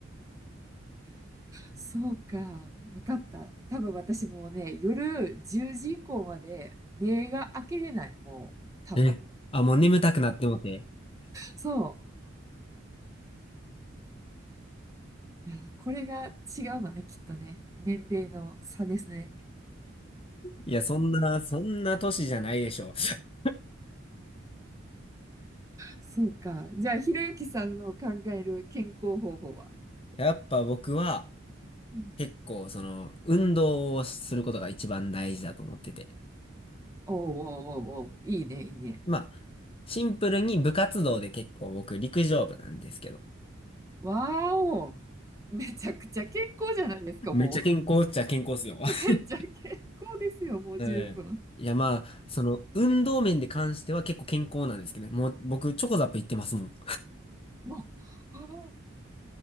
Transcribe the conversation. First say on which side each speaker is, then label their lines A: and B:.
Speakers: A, on the right; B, on the left.
A: そうか。わかった。多分私もうね、夜10時以降まで目が開けれない。もう、多分。
B: え、あ、もう眠たくなってもて。
A: そう。いや、これが違うのね、きっとね。年齢の差ですね。
B: いや、そんな、そんな年じゃないでしょ。<laughs>
A: そうか。じゃあ、ひろゆきさんの考える健康方法は
B: やっぱ僕は、
A: うん
B: 結構、その、運動をすることが一番大事だと思ってて。
A: おうおうおうおう、いいね、いいね。
B: まあ、シンプルに部活動で結構僕、陸上部なんですけど。
A: わーおめちゃくちゃ健康じゃないですか、
B: めっちゃ健康っちゃ健康っすよ。
A: もう。
B: <laughs>
A: めっちゃ健康ですよ、もう十分。
B: うん。いや、まあ、その、運動面で関しては結構健康なんですけど、もう僕、チョコザップ行ってますもん。
A: もう、あー